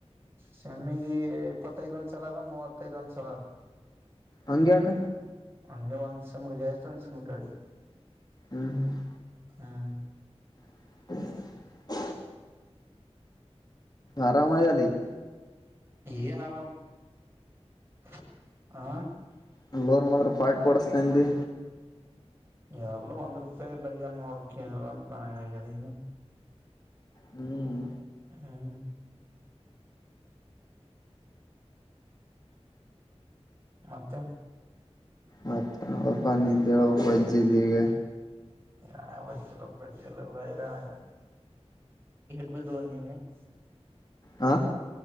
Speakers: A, on the right; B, on the left.
A: ಸೆಮ್ಮಿಗಿ ಇಪ್ಪತೈದ್ ಒಂದ್ ಸಲ ಆದ ಮೂವತ್ತೈದ್ ಒಂದ್ ಸಲ ಅದ
B: ಹಂಗ್ಯಾಕ
A: ಹಂಗೆ ಒಂದ್ ಸೆಮ್ ಗ ಜಾಸ್ತಿ ಒಂದ್ ಸೆಮ್ ಗಿ ಕಡಿಮಿ
B: ಹ್ಮ್ -
A: ಹ್ಮ್ -
B: <inaudible> ಆರಾಮಆದ್ಯಲ ಈಗ
A: ಏನರ <unintelligible> ಆ-
B: <unintelligible> ಪಾರ್ಟಿ ಕೊಡಿಸ್ತೀನಿ ಅಂದಿ
A: ಎಲ್ ಒಂದ್ ರುಪಾಯ್ ಇಲ್ಲ ಎನ್ ಮಾಡಬೇಕ್ ಏನಿಲ್ಲ ಅಂತ್ ನನಗ ಆಗ್ಯದ ಈಗ
B: ಹ್ಮ್
A: ಹ್ಮ್ ಮತ್ತೆ
B: ಮತ್ತೆ ಎನ್ ಇಲ್ಲ ಪಾ ನಿಂದ ಹೇಳಬೇಕ ವಜ್ಜ್ಯ ಅದಿ ಈಗ
A: ಯಾ ವಜ್ಜಿ ಇಲ್ಲ ಪಜ್ಜಿ ಇಲ್ಲ ಎಲ್ಲ ಹೈರಾಣ ಆಗ್ಯದ <inaudible>
B: ಹಾ